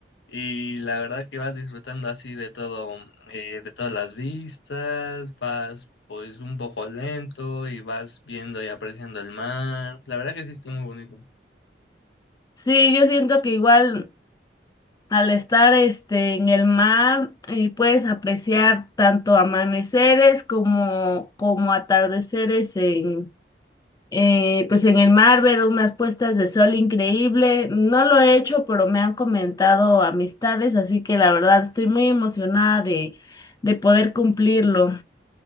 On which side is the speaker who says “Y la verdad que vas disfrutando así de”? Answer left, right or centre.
Left